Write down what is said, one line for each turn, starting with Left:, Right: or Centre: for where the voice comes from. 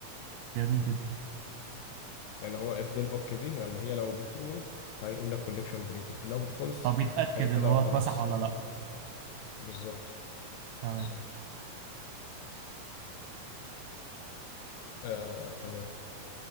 Right: جميل جدا
Left: يعني هو if del ok دي يعني اللي هي لو بترو هيقول لك collection deleted لو بفولس
Right: هو بيتاكد
Left: هيقفلها
Right: ان هو
Left: وخلاص
Right: اتمسح ولا لا
Left: بالظبط
Right: تمام
Left: بالظبط آه تمام